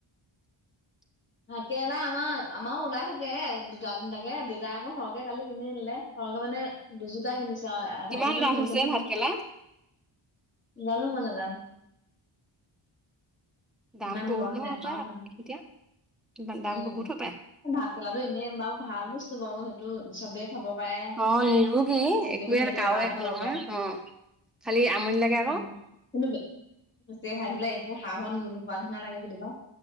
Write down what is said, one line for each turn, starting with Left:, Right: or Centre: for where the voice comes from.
Centre: <inaudible>
Left: ভাতকেৰেলা আমাৰ আমাৰো ওলাই থাকে, দুটা তিনটাকে, দেউতাই মোক সৰহকে কালি কিনি দিলে। সৰহকে মানে, দুজোটাই কিনিছে আৰু আধাকেজি
Centre: কিমান
Left: মান
Centre: দাম
Left: কিনিছে
Centre: হৈছে
Left: নেকি
Centre: ভাতকেৰেলা
Left: কালি। জানো মই নাজানো।
Centre: দাম
Left: ইমান
Centre: বহুত
Left: গ'ম
Centre: নহয়
Left: নেপাওঁ
Centre: হপাই
Left: মানে,
Centre: এতিয়া দাম
Left: উম।
Centre: বহুত হপায়
Left: ভাতকেৰেলাটো এনে বাৰু ভাল বস্তু বাৰু। সেইটো চবে খাব পাৰে।
Centre: অ নিৰোগী
Left: যিকোনো
Centre: একোৱে
Left: হেৰিতে
Centre: কাৰো
Left: বেমাৰতে
Centre: একো
Left: খাব পাৰে। খাব
Centre: নহয়
Left: পাৰে।
Centre: অ খালি আমনি লাগে
Left: উম,
Centre: আকৌ
Left: কিন্তু বেছিকে খাই থাকিলে একো সা - সোৱাদ নোপোৱা নিচিনা লাগে কেতিয়াবা।